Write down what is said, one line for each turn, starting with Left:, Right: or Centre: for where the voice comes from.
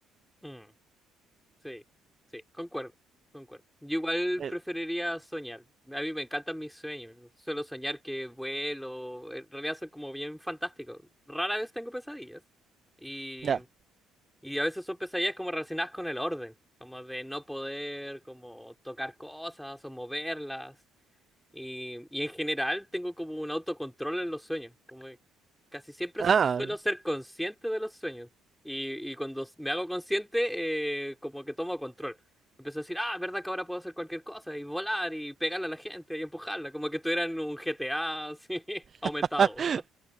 Centre: mm. Sí, sí, concuerdo, concuerdo. Yo igual
Right: Eh,
Centre: preferiría soñar. A mí me encantan mis sueños. Suelo soñar que vuelo. En realidad son como bien fantásticos. Rara vez tengo pesadillas. Y
Right: ya.
Centre: Y a veces son pesadillas como relacionadas con el orden, como de no poder como tocar cosas o moverlas. Y, y en general tengo como un autocontrol en los sueños, como que casi siempre
Right: Ah.
Centre: suelo ser consciente de los sueños. Y, y cuando me hago consciente, eh, como que tomo control. Empiezo a decir, ah, verdad que ahora puedo hacer cualquier cosa y volar y pegarle a la gente y empujarla, como que estuviera en un GTA así <laughs> aumentado.
Right: <laughs>